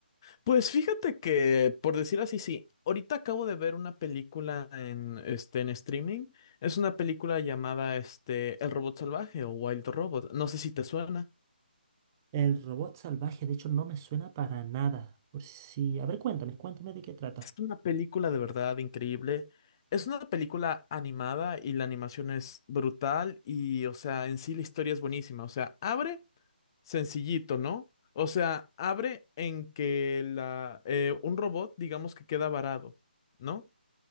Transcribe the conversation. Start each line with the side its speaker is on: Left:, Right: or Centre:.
Left: Pues fíjate que, por decir así, sí. Ahorita acabo de ver una película en, este, en streaming. Es una película llamada este, El Robot Salvaje o Wild Robot. No sé si te suena.
Right: El robot salvaje, de hecho, no me suena para nada. Por si... A ver, cuéntame, cuéntame de qué trata.
Left: Es una película de verdad increíble. Es una película animada y la animación es brutal y, o sea, en sí la historia es buenísima. O sea, abre sencillito, ¿no? O sea, abre en que la, eh, un robot, digamos que queda varado, ¿no?